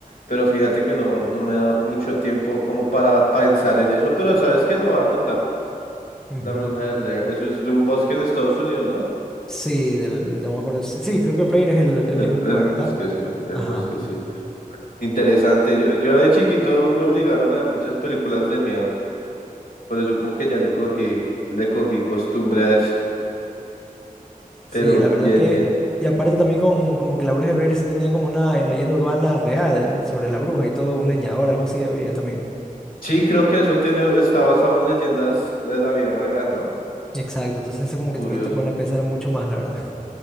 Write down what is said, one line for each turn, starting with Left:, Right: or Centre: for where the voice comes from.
Left: Pero fíjate que no, no me ha dado mucho tiempo como para pensar en eso. Pero sabes que lo va a anotar,
Centre: Ujú.
Left: La Bruja de Blair. Eso es de un bosque en Estados Unidos, ¿no?
Centre: Sí, del, no me acuerdo. Sí, sí, creo que Blair es el, el-
Left: El,
Centre: es el lugar,
Left: el bosque,
Centre: ¿verdad?
Left: sí, el
Centre: Ajá.
Left: bosque, sí. Interesante. Yo, yo de chiquito me obligaron a ver muchas películas de miedo. Por eso como que ya le cogí, le cogí costumbre a eso. <laughs>
Centre: Sí,
Left: Pero
Centre: la verdad
Left: bien,
Centre: que...
Left: bien.
Centre: Y aparte también con como que la bruja de Blair sí tenía como una leyenda urbana real sobre la bruja y todo, un leñador, algo así había también.
Left: Sí, creo que eso tiene, está basado en leyendas de la vida real, ¿no?
Centre: Exacto, entonces eso como
Left: Curioso.
Centre: que también te pone a pensar mucho más, la verdad.